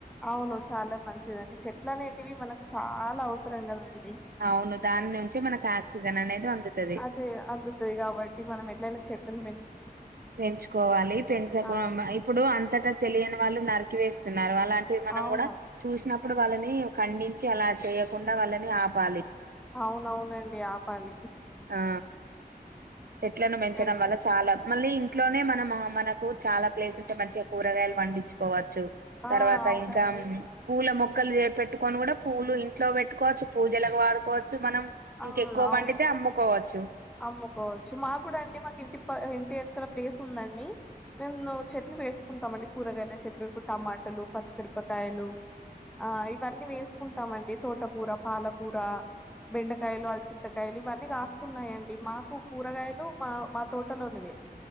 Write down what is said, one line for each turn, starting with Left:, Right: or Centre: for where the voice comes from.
Centre: అవును చాలా మంచిదండి చెట్లు అనేటివి మనకు చాలా అవసరం కదండి
Right: అవును దాని నుంచి మనకు ఆక్సిజన్ అనేది అందుతది
Centre: అదే అందుతుంది కాబట్టి మనం ఎట్లనా చెట్లు
Right: పెంచుకోవాలి పెంచకు
Centre: ఆ
Right: ఇప్పుడు అంతటా తెలియని వాళ్ళు నరికి వేస్తున్నారు అలాంటిది మనం
Centre: అవును
Right: కూడా చూసిన అప్పుడు వాళ్ళని ఖండించి అలా చేయ్యకుండా వాళ్ళని ఆపాలి
Centre: అవునవునండి ఆపాలికి
Right: ఆ చెట్లను పెంచడం
Centre: ఏ-
Right: వల్ల చాలా మళ్ళీ ఇంట్లోనే మనం మనకు చాలా ప్లేస్ ఉంటే మంచిగా కూరగాయలు పండించుకోవచ్చు
Centre: ఆ
Right: తర్వాత
Centre: అవునండి
Right: ఇంకా పూల మొక్క మక్కలు పెట్టుకని కూడా పూ్లు ఇంట్లో పెట్టుకోవచ్చు పూజలుగా వాడుకోవచ్చు మనం
Centre: అవును
Right: ఇంకెక్కువ
Centre: అవును
Right: పండితే అమ్ముకోవచ్చు
Centre: అమ్ముకోవచ్చు మాకు అండి మాకు ఇంటి ఇంటి వెనక ప్లేస్ ఉందండి మేమువ్వు చెట్లు వేసుకుంటాంమండి కూరగాయల చెట్లు ఇప్పుడు టమాటలు పచ్చిపిరపకాయలు ఆ ఇవన్నీ వేసుకుంటామండి తోటకూర పాలకూర బెండకాయలు అలచింతకాయలు ఇవన్నీ కాస్తున్నాయిడి మాకు కూరగాయలు మా మా తోటలోనివే